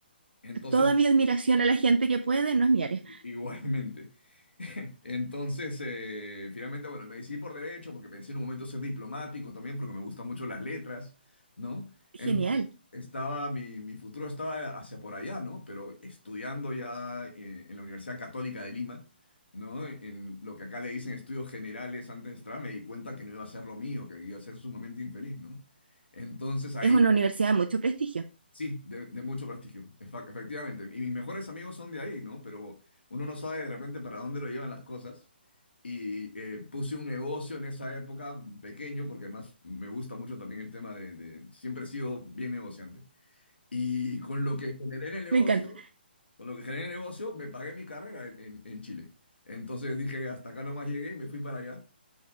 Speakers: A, on the left; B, on the right.
A: Entonces...
B: Toda mi admiración a la gente que puede, no es mi área.
A: Igualmente. <laughs> Entonces, eh, finalmente, bueno, me decidí por derecho porque pensé en un momento ser diplomático también porque me gustan mucho las letras, ¿no?
B: Genial.
A: Entonces, estaba, mi, mi futuro estaba hacia por allá, ¿no? Pero estudiando ya eh, en la Universidad Católica de Lima, ¿no? En lo que acá le dicen estudios generales antes de entrar, me di cuenta que no iba a ser lo mío, que iba a ser sumamente infeliz, ¿no? Entonces ahí
B: Es una universidad de mucho prestigio.
A: Sí, de, de mucho prestigio, efa- efectivamente. Y mis mejores amigos son de ahí, ¿no? Pero uno no sabe de repente para dónde lo llevan las cosas. Y eh, puse un negocio en esa época pequeño, porque además me gusta mucho también el tema de, de- siempre he sido bien negociante. Y con lo que generé en el negocio,
B: Me encanta.
A: con lo que generé en el negocio, me pagué mi carrera en, en- en Chile. Entonces dije, hasta acá nomás llegué y me fui para allá.